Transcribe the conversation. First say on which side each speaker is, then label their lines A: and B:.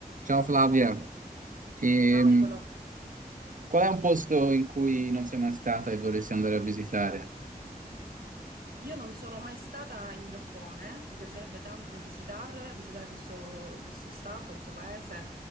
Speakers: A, on the right; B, on the right.
A: Ciao Flavia, Ehm,
B: Ciao Nicolò,
A: qual è un posto in cui non sei mai stata e vorresti andare a visitare?
B: io non sono mai stata in Giappone, mi piacerebbe tanto visitar, visitare questo, questo stato, questo paese